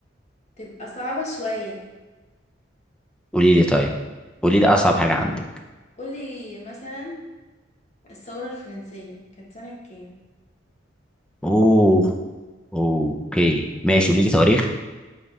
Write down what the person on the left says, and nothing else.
تبقى صعبة شوية
طب
قولي مثلا الثورة الفرنسية كانت سنة كام